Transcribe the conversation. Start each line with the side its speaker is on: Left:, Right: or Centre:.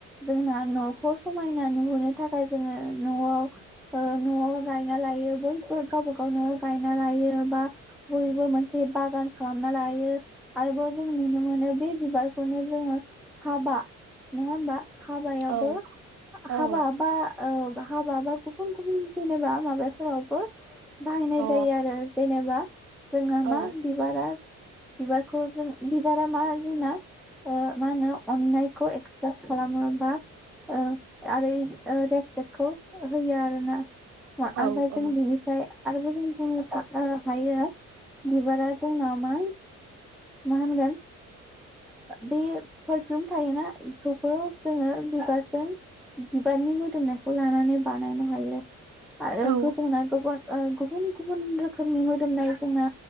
Centre: जोंना न'खौ समायना नुहोननो थाख <unintelligible> जोङो न'आव ओ न'आव गायना लायो बयबो गाबागाव न'आव गायना लायो। बा बयबो मोनसे बागान खालामना लायो आरोबाव जों नुनो मोनो बे बिबारखौनो जोङो हाबा नङा होमबा हाबायावबो
Right: औ औ
Centre: हाबाबा
Right: औ
Centre: औ हाबा बा गुबुन गुबुन जेनेबा माबाफोरावबो बाहायनाय
Right: औ
Centre: जायो आरो जेने बा जोंहा
Right: औ
Centre: मा बिबारा बिबारखौ जों बिबारा मा जोंना ओ मा होनो अन्नायखौ एक्सप्रेस खालामो बा ओ आरै ओ रेसपेक्टखौ होयो आरो ना ओमफ्राय
Right: औ औ
Centre: जों बिनिफ्राय आरोब जों बुंनो हायो बिबारा जोंनाव मा मा होनगोन बे पारफिउम थायोना बेखौबो जोङो बिबारजों बिबारनि मोदोमनायखौ लानानै बानायनो हायो आरो
Right: औ
Centre: गोजौना गुबुन ओ गुबुन गुबुन रखोमनि मदोमनाय जोंना